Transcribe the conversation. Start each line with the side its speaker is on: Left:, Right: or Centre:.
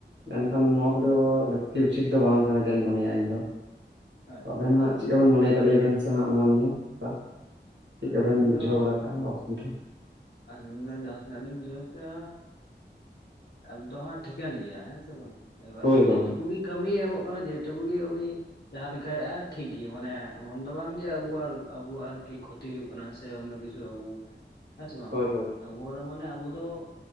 Right: ᱢᱮᱱᱠᱷᱟᱱ, ᱱᱚᱣᱟ
Left: ᱦᱩᱸ
Right: ᱠᱚ ᱫᱚᱻ ᱞᱟᱹᱠᱛᱤ ᱩᱪᱤᱛ ᱫᱚ ᱵᱟᱝ ᱠᱟᱱᱟ, ᱡᱟᱸᱧ ᱢᱚᱱᱮᱭᱟ, ᱤᱧ ᱫᱚ,
Left: ᱟᱪᱪᱷᱟ
Right: ᱟᱵᱮᱱ ᱦᱟᱸᱜ ᱪᱮᱫ ᱠᱟᱵᱮᱱ ᱢᱚᱱᱮ ᱮᱫᱟ? ᱞᱟᱹᱭ ᱵᱮᱱ ᱥᱮ ᱦᱟᱸᱜ, ᱱᱚᱣᱟ ᱱᱤᱭᱢ, ᱪᱮᱫ ᱞᱮᱠᱟ
Left: ᱟᱹᱞᱤᱧ
Right: ᱵᱮᱱ ᱵᱩᱡᱷᱟᱹᱣ
Left: ᱫᱚ
Right: ᱵᱟᱲᱟ ᱠᱮᱜᱼᱟ, ᱱᱚᱣᱟ ᱚᱥᱩᱵᱤᱫᱷᱟ ᱾
Left: ᱟᱹᱞᱤᱧ ᱫᱚ, ᱡᱟᱦᱟᱸ ᱛᱤᱱᱟᱹᱜ ᱞᱤᱧ ᱵᱩᱡᱷᱟᱹᱣ ᱠᱮᱜᱼᱟ ᱟᱻ, ᱫᱚ ᱦᱟᱸᱜ ᱴᱷᱤᱠᱟᱹᱱ ᱜᱮᱭᱟ, ᱦᱮᱸ ᱥᱮ ᱵᱟᱝ, ᱮᱼᱵᱟᱨᱮ
Right: ᱦᱳᱭ
Left: ᱡᱮ,
Right: ᱦᱳᱭ
Left: ᱴᱩᱠᱩᱱ ᱜᱮ ᱠᱟᱹᱢᱤᱭ ᱮᱢᱚᱜ ᱠᱟᱱᱟ, ᱡᱮ ᱴᱩᱠᱩ ᱜᱮ ᱩᱱᱤ ᱡᱟᱦᱟᱸ ᱞᱮᱠᱟ ᱭᱮᱼᱟ ᱴᱷᱤᱠ ᱜᱮ, ᱢᱟᱱᱮ ᱢᱚᱱ ᱫᱚ ᱵᱟᱝ ᱜᱮ, ᱟᱵᱚᱣᱟᱜ, ᱟᱵᱚᱣᱟᱜ ᱟᱨ ᱠᱤ ᱠᱷᱚᱡ ᱛᱤ ᱦᱩᱭᱩᱜ ᱠᱟᱱᱟ, ᱥᱮ ᱚᱱᱱᱚ ᱠᱤᱪᱷᱩ ᱟᱵᱚ, ᱦᱮᱸ ᱥᱮ ᱵᱟᱝ,
Right: ᱦᱳᱭ ᱦᱳᱭ
Left: ᱟᱵᱚᱣᱟᱜ ᱫᱚ, ᱢᱟᱱᱮ ᱟᱵᱚ ᱫᱚ